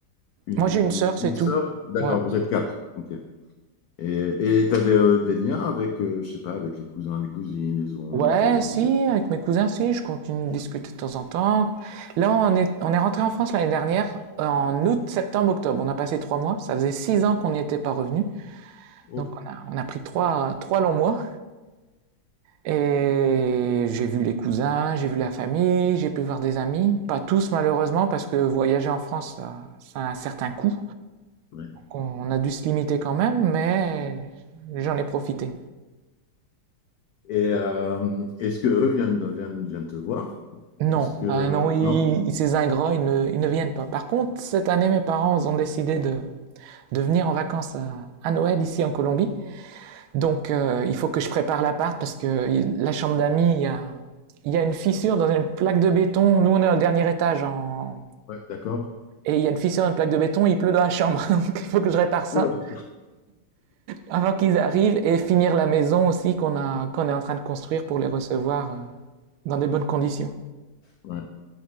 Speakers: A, on the left; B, on the right.
A: une,
B: Moi, j'ai une sœur, c'est
A: une sœur?
B: tout.
A: D'accord,
B: Ouais.
A: vous êtes quatre. Ok. Et, et t'as des, euh, des liens avec, euh, je sais pas, avec les cousins, les cousines, les oncles.
B: Ouais,
A: euh,
B: si, avec mes cousins, si, je continue de discuter de temps en temps. Là, on est, on est rentré en France l'année dernière, en août, septembre, octobre. On a passé trois mois. Ça faisait six ans qu'on n'y était pas revenu.
A: Oh,
B: Donc, on a, on a pris trois, trois longs mois. Et j'ai vu les cousins, j'ai vu la famille, j'ai pu voir des amis. Pas tous malheureusement parce que voyager en France, ça, ça a un certain coût.
A: ouais.
B: On a dû se limiter quand même, mais j'en ai profité.
A: Et euh, est-ce que eux viennent, de- viennent, viennent te voir?
B: Non,
A: Est-ce que
B: hein, non, ils,
A: non?
B: ces ingrats, ils ne, ils ne viennent pas. Par contre, cette année, mes parents ont décidé de, de venir en vacances à, à Noël ici en Colombie. Donc, euh, il faut que je prépare l'appart parce que la chambre d'amis, il y a, il y a une fissure dans une plaque de béton. Nous, on est au dernier étage en,
A: Ouais, d'accord.
B: Et il y a une fissure, une plaque de béton, il pleut dans la chambre. <laughs> Donc il faut que je répare ça
A: Oula.
B: avant qu'ils arrivent et finir la maison aussi qu'on a, qu'on est en train de construire pour les recevoir euh, dans des bonnes conditions.
A: Ouais.